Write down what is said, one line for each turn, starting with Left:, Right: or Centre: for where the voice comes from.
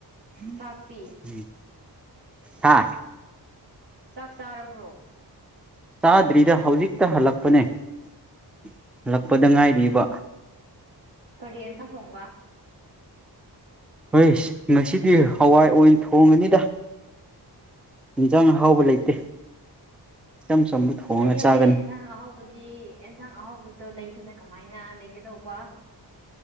Centre: ꯎꯝ
Right: ꯆꯥꯛꯇꯤ
Centre: ꯍꯥ
Right: ꯆꯥꯛ ꯆꯥꯔꯕ꯭ꯔꯣ
Centre: ꯆꯥꯗ꯭ꯔꯤꯗ ꯍꯧꯖꯤꯛꯇ ꯍꯜꯂꯛꯄꯅꯦ ꯍꯜꯂꯛꯄꯗ ꯉꯥꯏꯔꯤꯕ
Right: ꯀꯔꯤ ꯏꯟꯁꯥꯡ ꯊꯣꯡꯕ
Centre: ꯍꯣꯏꯁ ꯉꯁꯤꯗꯤ ꯍꯋꯥꯏ ꯑꯣꯏꯅ ꯊꯣꯡꯉꯅꯤꯗ ꯍꯤꯟꯖꯥꯡ ꯑꯍꯥꯎꯕ
Right: ꯎꯝ
Centre: ꯂꯩꯇꯦ ꯏꯆꯝ ꯆꯝꯕ ꯊꯣꯡꯉꯒ
Right: ꯂꯩꯌꯣꯅꯦ
Centre: ꯆꯥꯒꯅꯤ
Right: ꯑꯦꯟꯁꯥꯡ ꯑꯍꯥꯎꯕꯗꯤ ꯑꯦꯟꯁꯥꯡ ꯑꯍꯥꯎꯕꯗꯣ ꯂꯩꯗꯅ ꯀꯃꯥꯏꯅ ꯂꯩꯒꯗꯧꯕ